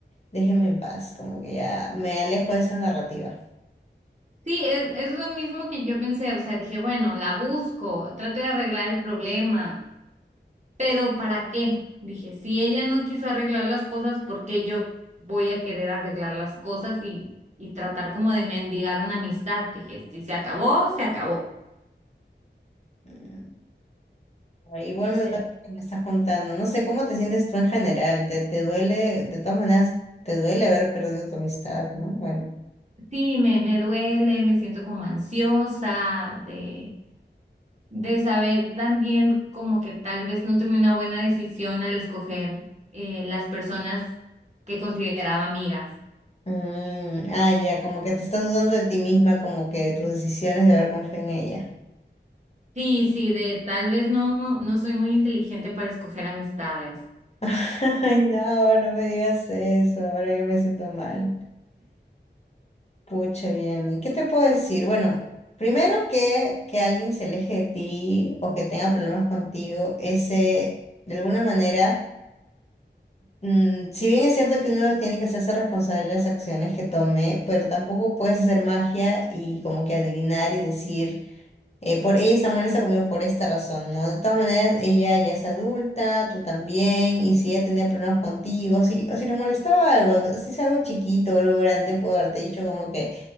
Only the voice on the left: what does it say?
déjenme en paz, como que ya me alejo de esa narrativa.
Mm. Ay, Igual
me
duele que me estás contando. No sé cómo te sientes tú en general. Te, te duele, de todas maneras, te duele haber perdido tu amistad, ¿no? Bueno.
Mm, ah, ya, como que te estás dudando de ti misma, como que de tus decisiones de haber confiado en ella.
<laughs> Ay, no, no me digas eso. Ahora yo me siento mal. Pucha, bien. ¿Y qué te puedo decir? Bueno, primero que, que alguien se aleje de ti o que tenga problemas contigo, ese, de alguna manera. Mm, si bien es cierto que uno tiene que hacerse responsable de las acciones que tome, pero tampoco puedes hacer magia y como que adivinar y decir, eh, por ella está molesta conmigo por esta razón, ¿no? De todas maneras, ella ya es adulta, tú también, y si ella tenía problemas contigo, si, o si le molestaba algo, si es algo chiquito o algo grande, puedo haberte dicho como que...